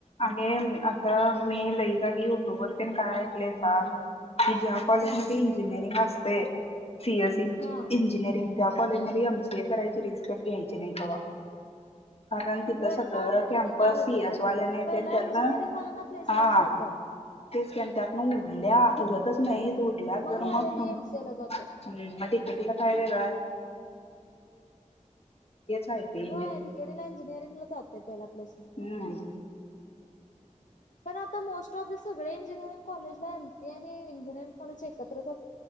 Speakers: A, on the left; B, on the left.
A: अमी आता मी लई जागी तोबरतीन काय ऐकलंय सांग. की ज्या काॅलेजमध्ये
B: हा
A: इंजिनियरिंग अस पे सीएस इनच
B: हा
A: इंजिनीअरिंग. त्या काॅलेजमधे एम सीए करायची रिस्कच घ्यायची नाही कवा. कारण तिथं
B: होय
A: सगळं
B: का माहितीय
A: कॅम्पस
B: का काय होतंय
A: सी एस वाल्यांना
B: पहिला
A: त्यातन
B: इंजिनिअरिंग वाल्यांना प्लेसमेंट
A: हा
B: जातात.
A: तेच त्यां त्यातन उरल्या. उरतच नाहीत. उरल्या तर
B: राहिलेली
A: मग तुम
B: एमसीए ला जातात
A: म डी के टी काय वेगळ आहे. आहे की
B: होय डी के टी ला इंजिनिअरिंग ला जातं पहिला. प्लेसमेंट.
A: हूं
B: पण आता मोस्टऑफ द सगळे इंजिनिअरिंग कॉलेजला एम सी आणि इंजिनिअरिंग कॉलेज एकत्रच असत